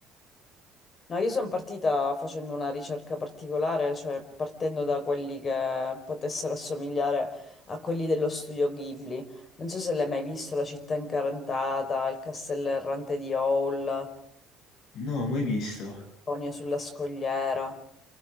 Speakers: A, on the left; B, on the left.
A: No, io sono partita facendo una ricerca particolare, cioè partendo da quelli che potessero assomigliare a quelli dello studio Ghibli. Non so se l'hai mai visto, La città incartata, Il castello errante di Howl.
B: No, mai visto.
A: Conio sulla scogliera,